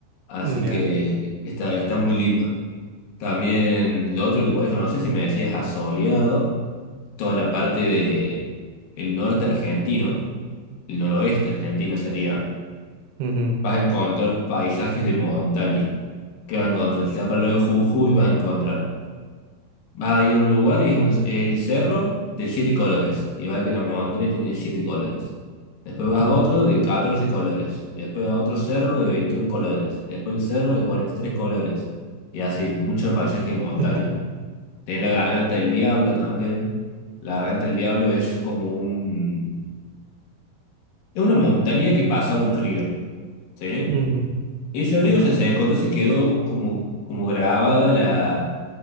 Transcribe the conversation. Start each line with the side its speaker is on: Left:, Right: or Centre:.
Left: Así
Right: Ya.
Left: que está, está muy lindo. También lo otro que podés conocer, si me decías a Soleado, toda la parte de el norte argentino, el noroeste argentino sería,
Right: Ujú,
Left: vas a encontrar paisajes de montaña. ¿Qué vas a encontrar? Si te vas para el lado de Jujuy, vas a encontrar. Vas a ir a un lugar y es un- es el cerro de siete colores. Y vas a ver que la montaña tiene siete colores. Después vas
Right: ya.
Left: a otro de 14 colores. Después a otro cerro de 21 colores. Después el cerro de 43 colores. Y así, mucho paisaje de montaña.
Right: <laughs>
Left: Tenés
Right: Ok.
Left: la garganta del diablo también. La garganta del diablo es como un... Es una montaña que pasa un río, ¿sí?
Right: Ujú,
Left: Ese
Right: ok,
Left: río se secó, entonces quedó como, como grabada la,